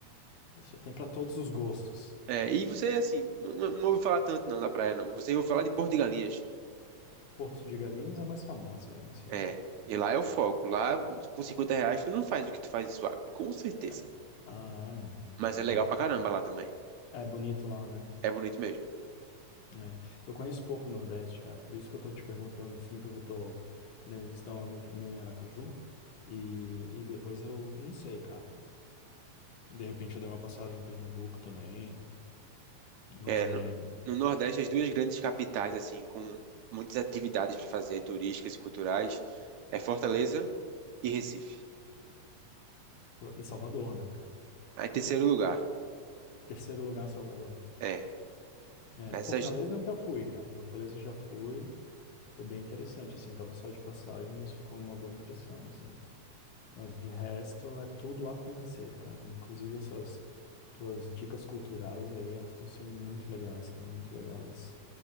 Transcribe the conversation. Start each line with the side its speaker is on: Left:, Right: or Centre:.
Left: só tem pra todos os gostos.
Right: É, e você, assim, não, não não ouve falar tanto não da praia, não. Você ouve falar de Porto de Galinhas.
Left: Porto de Galinhas é mais famosa, né? Sim.
Right: É, e lá é o foco. Lá, com 50 reais, tu não faz o que tu faz em Suape, com certeza.
Left: É. Ai, não.
Right: Mas
Left: Então,
Right: é legal pra caramba lá também.
Left: É bonito lá, né?
Right: É bonito mesmo.
Left: É. Eu conheço pouco o Nordeste, cara, por isso que eu tô te perguntando assim, porque eu tô querendo visitar um amigo meu em Aracaju e, e depois eu não sei, cara. De repente eu dei uma passada em Pernambuco também, mas
Right: É,
Left: é.
Right: no, no Nordeste, as duas grandes capitais, assim, com muitas atividades para fazer, turísticas e culturais, é Fortaleza e Recife.
Left: E Salvador, né, cara?
Right: Aí, terceiro lugar,
Left: Terceiro lugar, Salvador.
Right: é.
Left: É,
Right: Essas,
Left: Fortaleza eu já fui, cara. Fortaleza eu já fui. Foi bem interessante, assim. Eu tava só de passagem, mas ficou uma boa impressão, assim. Mas de resto é tudo a conhecer, cara. Inclusive essas tuas dicas culturais aí, elas estão sendo muito legais, cara, muito legais.